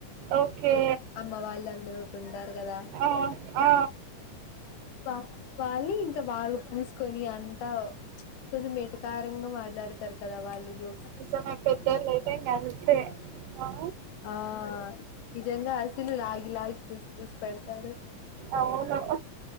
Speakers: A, on the right; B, on the left.
A: ఓకే
B: అమ్మ వాళ్ళు అందరూ ఉంటారు కద
A: ఆ ఆ
B: వ వాళ్ళు ఇంకా బాగా పూసుకొని అంతా కొంచెం ఎటకారంగా మాట్లాడతారు కదా వాళ్ళు జో
A: నిజమే పెద్దోళ్ళు అయితే ఇంగ అంతే ఆ
B: ఆ నిజంగ అసలు లాగి లాగి పూసి పూసి పెడతారు.
A: అవును.